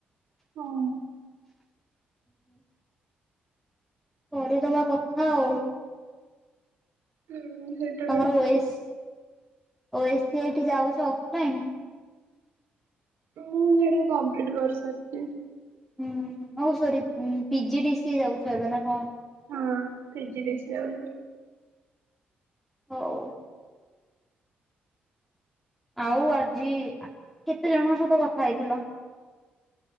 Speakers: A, on the right; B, in the centre.
A: ହଁ
B: କରିଦବା କଥା ଆଉ।
A: ହୁଁ ହୁଁ।
B: ତମର ଓଏସ୍ ଓଏସ୍ ସିଆଟି ଏଇଠି ଯାଉଛ ଅଫଲାଇନ୍।
A: ମୁଁ ସେଟା କମ୍ପଲିଟ୍ କରି ସରିଚି।
B: ହୁଁ ହୋଉ ସରି ପିଜି ଡିସି ଯାଉଛ ଏବେ ନା କଣ?
A: ହଁ ପିଜି ଡିସି ଯାଉଚି।
B: ହୋଉ। ଆଉ ଆଜି ଆ-କେତେ ଜଣଙ୍କ ସହିତ କଥା ହେଇଥିଲ?